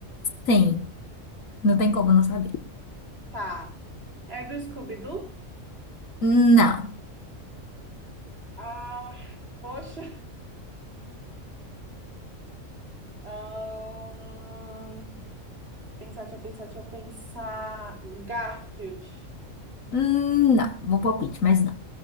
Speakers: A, on the left; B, on the right.
A: Sim. Não tem como não saber.
B: Tá. É do Scooby-Doo?
A: Não.
B: Ah, poxa. Ahn, Pensar, deixa eu pensar, deixa eu pensar. Garfield.
A: Hum, Não. Bom palpite, mas não.